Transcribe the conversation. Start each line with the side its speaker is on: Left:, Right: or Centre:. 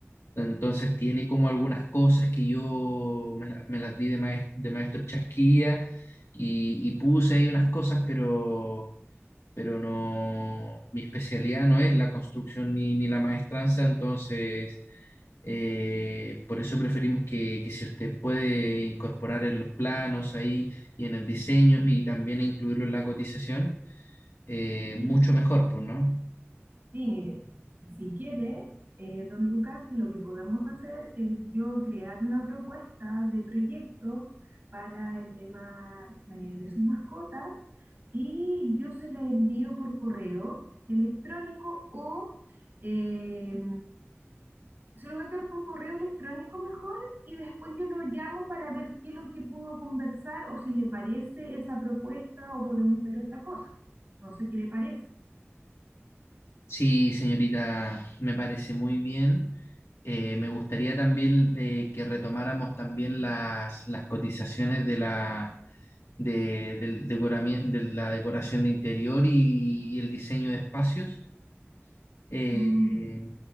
Left: Entonces tiene como algunas cosas que yo me, la- me las di de, maes- de maestro Chasquilla y, y puse ahí unas cosas, pero, pero no, mi especialidad no es la construcción ni, ni la maestranza, entonces eh, por eso preferimos que, que si usted puede incorporar en los planos ahí y en el diseño y también incluirlo en la cotización, eh,
Right: ¿sí?
Left: mucho mejor, pues, ¿no?
Right: Sí, mire, si quiere, eh, don Lucas, lo que podemos hacer es yo crear una propuesta de proyecto para el tema eh, de sus mascotas y yo se la envío por correo electrónico o eh, se lo voy a enviar por correo electrónico mejor y después yo lo llamo para ver qué es lo que pudo conversar o si le parece esa propuesta o podemos ver otra cosa. No sé qué le parece.
Left: Sí, señorita, me parece muy bien. Eh, me gustaría también eh, que retomáramos también las, las cotizaciones de la, de, del decorami- de la decoración de interior y, y el diseño de espacios, eh,
Right: Mm,